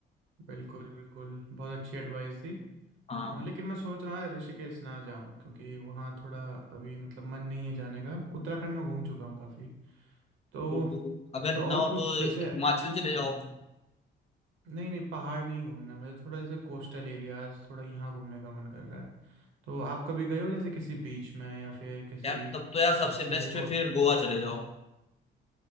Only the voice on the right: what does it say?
बिल्कुल बिल्कुल बहुत अच्छी एडवाइस दी
अ, लेकिन मैं सोच रहा है ऋषिकेश ना जाऊं क्योंकि वहाँ थोड़ा अभी मतलब मन नहीं है जाने का उत्तराखंड में घूम चुका हूँ काफ़ी तो
तो और
कुछ
जैसे
नहीं नहीं पहाड़ नहीं घूमना मुझे थोड़ा जैसे कोस्टल एरियाज थोड़ा यहाँ घूमने का मन कर रहा है तो आप कभी गए हो जैसे किसी बीच में या फिर किसी
अच्छे
से